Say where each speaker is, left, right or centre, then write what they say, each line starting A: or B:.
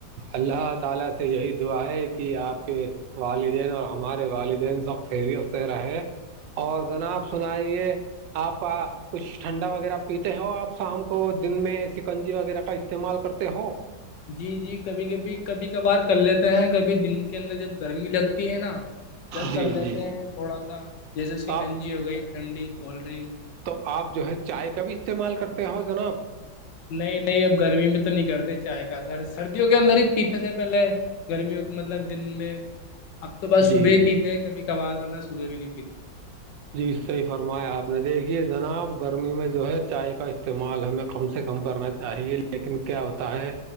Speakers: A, on the right (about 80°); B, on the left (about 75°).
A: اللہ تعالی سے یہی دعا ہے کہ آپ کے والدین اور ہمارے والدین سب خیریت سے رہے اور جناب سنائیے آپ کا کچھ ٹھنڈا وغیرہ پیتے ہو آپ شام کو دن میں سکنجی وغیرہ کا استعمال کرتے ہو
B: جی جی کبھی کبھی کبھی کبھار کر لیتے ہیں کبھی دن کے اندر جب گرمی لگتی ہے نا جب
A: جی
B: کر لیتے
A: جی
B: ہیں تھوڑا سا جیسے شکنجی
A: تو آپ
B: ہو گئی ٹھنڈی کولڈ ڈرنک
A: تو آپ جو ہے چائے کا بھی استعمال کرتے ہو جناب
B: نہیں نہیں اب گرمی میں تو نہیں کرتے چائے کا سر سردیوں کے اندر ہی پی تھے پہلے گرمیوں کے مطلب دن میں اب تو بعس
A: جی
B: صبح ہی
A: جی
B: پیتے ہیں کبھی کارورنا صبح بھی نہیں پیتا
A: جی اس سےحی فرمایا آپ نے دیکھیے جناب گرمی میں جو ہے چائے کا استعمال ہمیں کم سے کم کرنا چاہیے لیکن کیا ہوتا ہے